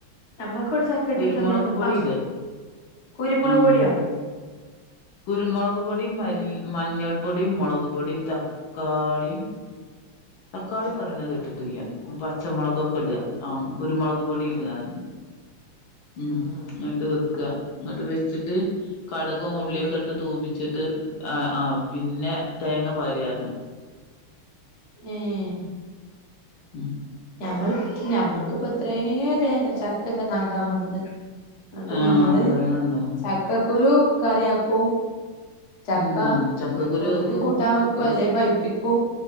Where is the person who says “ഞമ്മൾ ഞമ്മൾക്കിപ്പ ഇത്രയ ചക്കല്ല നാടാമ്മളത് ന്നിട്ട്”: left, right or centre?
Left